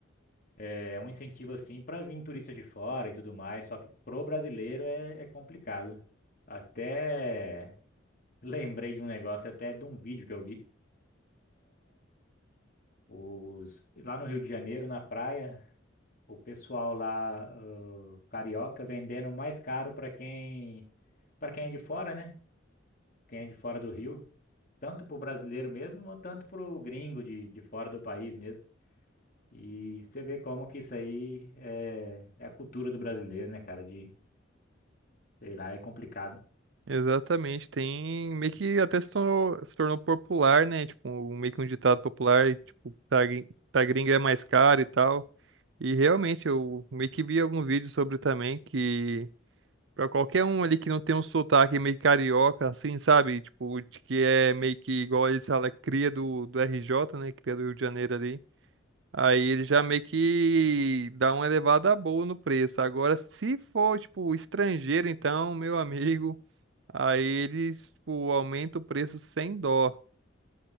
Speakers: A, on the left; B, on the right.
A: é, um incentivo assim para vir turista de fora e tudo mais, só que pro brasileiro é, é complicado. Até <laughs> lembrei de um negócio, até de um vídeo que eu vi. Os, lá no Rio de Janeiro, na praia, o pessoal lá, ah, carioca, vendendo mais caro para quem, para quem é de fora, né? quem é de fora do Rio, tanto pro brasileiro mesmo, ou tanto pro gringo de, de fora do país mesmo. E você vê como que isso aí é, é a cultura do brasileiro, né, cara? De, sei lá, é complicado.
B: Exatamente, tem meio que até se tornou, se tornou popular, né? Tipo, um- um, meio que um ditado popular, e, tipo, pra, grin- pra gringa é mais caro e tal. E realmente, eu meio que vi alguns vídeos sobre também que, pra qualquer um ali que não tem um sotaque meio carioca, assim, sabe? Tipo, de que é meio que igual eles falam, cria do, do RJ, né? Cria do Rio de Janeiro ali. Aí ele já meio que dá uma elevada boa no preço. Agora, se for, tipo, estrangeiro, então, meu amigo. Aí eles, tipo, aumentam o preço sem dó.